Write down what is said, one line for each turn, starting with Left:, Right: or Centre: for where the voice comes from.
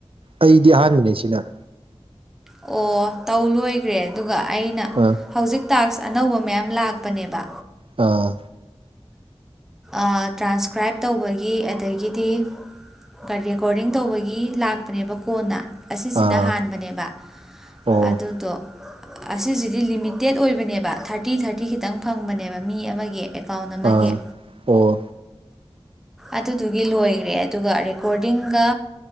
Right: ꯑꯩꯗꯤ ꯑꯍꯥꯟꯕꯅꯦ ꯁꯤꯅ
Centre: ꯑꯣ ꯇꯧ ꯂꯣꯏꯈ꯭ꯔꯦ ꯑꯗꯨꯒ ꯑꯩꯅ
Right: ꯑ
Centre: ꯍꯧꯖꯤꯛ ꯇꯥꯛꯁ ꯑꯅꯧꯕ ꯃꯌꯥꯝ ꯂꯥꯛꯄꯅꯦꯕ
Right: ꯑꯥ
Centre: ꯑꯥ ꯇ꯭ꯔꯥꯟꯁꯀ꯭ꯔꯥꯏꯞ ꯇꯧꯕꯒꯤ ꯑꯗꯒꯤꯗꯤ ꯔꯦꯀꯣꯔꯗꯤꯡ ꯇꯧꯕꯒꯤ ꯂꯥꯛꯄꯅꯦꯕ ꯀꯣꯟꯅ ꯑꯁꯤꯁꯤꯅ
Right: ꯑꯥ
Centre: ꯍꯥꯟꯕꯅꯦꯕ
Right: ꯑꯣ
Centre: ꯑꯗꯨꯗꯣ ꯑꯁꯤꯁꯤꯗꯤ ꯂꯤꯃꯤꯇꯦꯠ ꯑꯣꯏꯕꯅꯦꯕ ꯊꯥꯔꯇꯤ ꯊꯥꯔꯇꯤ ꯈꯤꯇꯪ ꯐꯪꯕꯅꯦꯕ ꯃꯤ ꯑꯃꯒꯤ ꯑꯦꯀꯥꯎꯟ ꯑꯃꯒꯤ
Right: ꯑꯥ ꯑꯣ
Centre: ꯑꯗꯨꯗꯨꯒꯤ ꯂꯣꯏꯈꯔꯦ ꯑꯗꯨꯒ ꯔꯦꯀꯣꯔꯗꯤꯡꯒ